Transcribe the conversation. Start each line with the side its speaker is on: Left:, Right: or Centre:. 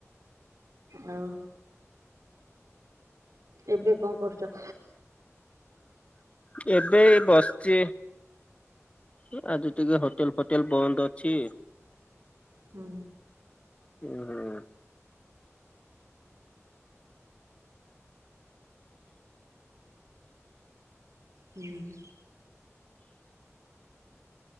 Right: ଆଉ ଏବେ କଣ କରୁଛ?
Left: ଏବେ ବସିଛି ଆଜି ଟିକେ ହୋଟେଲ ଫୋଟେଲ ବନ୍ଦ ଅଛି
Right: ହୁଁ
Left: ଉ ହୁଁ।
Right: ହୁଁ